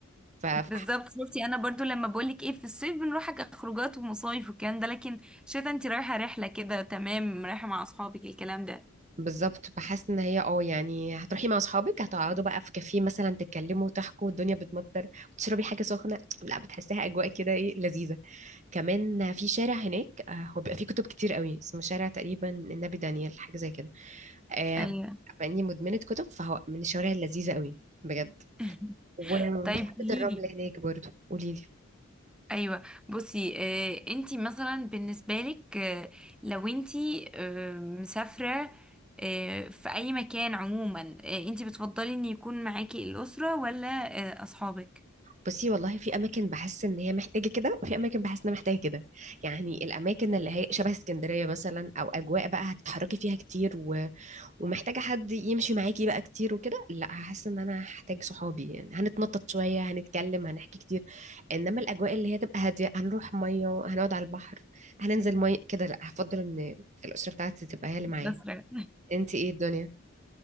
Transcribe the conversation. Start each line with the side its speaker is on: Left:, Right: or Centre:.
Right: ف فح-
Centre: بالظبط شفتي انا برضو لما بقولك ايه في الصيف بنروح حاجة- خروجات ومصايف والكلام ده لكن شتا انت رايحه رحله كده تمام رايحه مع اصحابك الكلام ده
Right: بالظبط بحس ان هي اه يعني هتروحي مع اصحابك هتقعدوا بقى في كافيه مثلا تتكلموا وتحكوا الدنيا بتمطر وتشربي حاجة سخنة لا بتحسيها أجواء كده ايه لذيذة كمان في شارع هناك آه، هو بيبقى فيه كتب كتير قوي اسمه شارع تقريبا النبي دانيال حاجة زي كده آه
Centre: ايوه
Right: باني مدمنه كتب فهو من الشوارع اللذيذه قوي بجد
Centre: <laughs>
Right: وحبه
Centre: طيب قوليلي
Right: الرمل هناك برضو قولي لي
Centre: ايوه بصي آه انتي مثلا بالنسبه لك آه لو انتي آه مسافره آه في اي مكان عموما آه انتي بتفضلي ان يكون معاكي الاسره ولا آه اصحابك؟
Right: بصي والله في اماكن بحس ان هي محتاجه كده وفي اماكن بحس انها محتاجه كده يعني الاماكن اللي هي شبه اسكندريه مثلا او اجواء بقى هتتحركي فيها كتير و... ومحتاجه حد يمشي معاكي بقى كتير وكده لا هحس ان انا هحتاج صحابي يعني هنتنطط شويه هنتكلم هنحكي كتير انما الاجواء اللي هي تبقى هاديه هنروح ميه هنقعد على البحر هننزل ميه كده لا هفضل ان الاسره بتاعتي تبقى هي اللي معايا
Centre: الأسرة
Right: انت ايه الدنيا